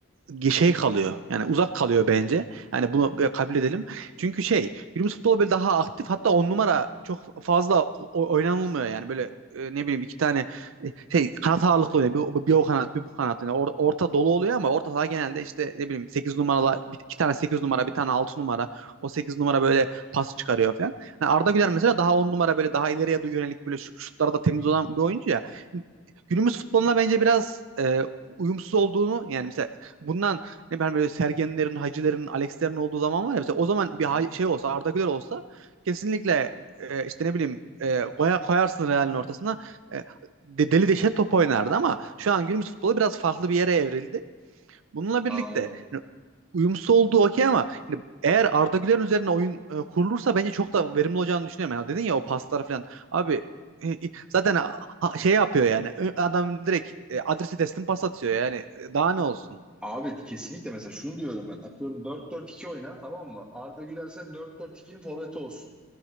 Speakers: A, on the right; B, in the centre.
A: g- şey kalıyor. Yani uzak kalıyor bence. Yani bunu böyle kabul edelim. Çünkü şey günümüz futbolu böyle daha aktif hatta on numara çok fazla o- oynanılmıyor yani böyle e, ne bileyim iki tane e, şey kanat ağırlıklı oynuyor. Bir, bir o kanat bir bu kanat yani Or- orta dolu oluyor ama orta saha genelde işte ne bileyim 8 numaralı bir- iki tane 8 numara bir tane 6 numara o 8 numara böyle pas çıkarıyor falan. Yani Arda
B: Hı hı,
A: Güler mesela daha on numara böyle daha ileriye doğru yönelik böyle şu- şutlarda temiz olan bir oyuncu ya. Günümüz futboluna bence biraz e, uyumsuz olduğunu yani mesela bundan ne ben böyle Sergenlerin, Hacilerin, Alexlerin olduğu zaman var ya mesela o zaman
B: hı
A: bir
B: hı.
A: hay- şey olsa Arda Güler olsa kesinlikle e, işte ne bileyim e, koya- koyarsın Real'in ortasına e, de- deli deşe top oynardı ama şu an günümüz futbolu biraz farklı bir yere evrildi. Bununla birlikte
B: Anladım.
A: hani uyumsuz olduğu okey ama hani eğer Arda Güler'in üzerine oyun e, kurulursa bence çok da verimli olacağını düşünüyorum. Yani dedin ya o paslar falan. Abi e, e, zaten ha- ha- şey yapıyor yani. Ö- Adam direkt e, adresi teslim pas atıyor yani. E, Daha ne olsun?
B: Abi kesinlikle mesela şunu diyorum ben. Atıyorum dört dört iki oyna tamam mı? Arda Güler sen dört dört ikinin forveti olsun.